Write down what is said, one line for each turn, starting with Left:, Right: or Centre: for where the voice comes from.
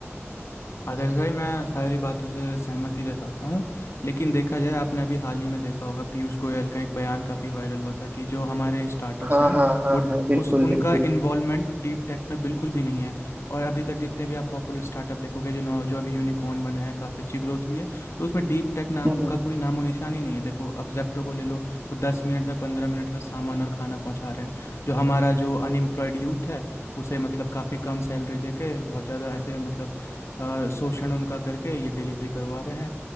Left: आदर्श भाई मैं सारी बातों से सहमति जताता हूँ लेकिन देखा जाए आपने अभी हाल ही में देखा होगा पीयूष गोयल का एक बयान काफ़ी वायरल हुआ था कि जो हमारे स्टार्टअप्स
Right: हाँ
Left: हैं
Right: हाँ हाँ
Left: वो
Right: हाँ बिल्कुल
Left: उस उनका
Right: बिल्कुल
Left: इन्वॉल्वमेंट डीप टेक में बिल्कुल भी नहीं है और अभी तक जितने भी आप पॉपुलर स्टार्टअप देखोगे जो नौ- जो अभी यूनिकॉर्न बने हैं काफ़ी अच्छी ग्रोथ हुई है तो उसमें डीप टेक नाम
Right: हम्म
Left: का कोई नामो निशान ही नहीं है देखो अब जेप्टो को ले लो वो दस मिनट में पंद्रह मिनट में सामान और खाना पहुंचा रहे हैं जो हमारा जो अनएम्प्लॉयड यूथ है उसे मतलब काफ़ी कम सैलरी दे के बहुत ज़्यादा ऐसे मतलब अ, शोषण उनका करके ये डिलीवरी करवा रहे हैं